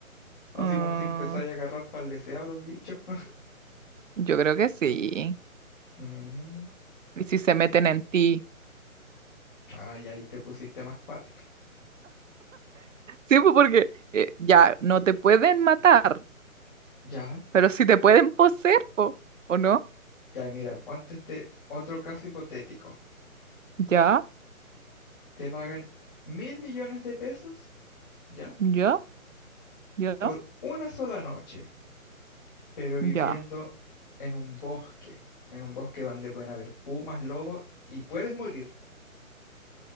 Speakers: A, on the left; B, on the right.
A: así
B: ah.
A: como que si empezáis a agarrar leseado a los bichos. <laughs>
B: Yo creo que sí.
A: Mm,
B: Y si se meten en ti.
A: ay, ahí te pusiste más cuática.
B: Sí, pues porque eh, ya no te pueden matar,
A: Ya,
B: pero si te pueden poseer, po, ¿o no?
A: ya, mira, ponte este otro caso hipotético.
B: Ya,
A: Te pagan mil millones de pesos, ¿ya?
B: ya, ya,
A: Por una sola noche, pero viviendo
B: ya.
A: en un bosque, en un bosque donde pueden haber pumas, lobos, y puedes morir.